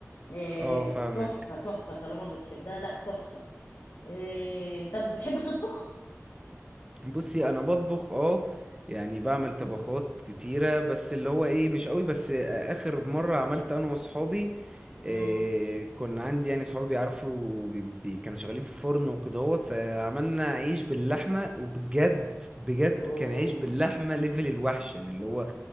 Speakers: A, on the left; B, on the right.
A: إيه،
B: اه فاهمك
A: تحفه تحفه طالما بتحبها لا تحفه إيه، طب بتحب تطبخ
B: بصي انا بطبخ اه يعني بعمل طبخات كتيرة بس اللي هو ايه مش قوي بس اخر مرة عملت انا وصحابي
A: امم
B: إيه كنا عندي يعني صحابي بيعرفوا بي بي- كانوا شغالين في فرن وكدهوت فعملنا عيش باللحمة وبجد بجد
A: اوه
B: كان عيش باللحمة ليفل الوحش يعني اللي هو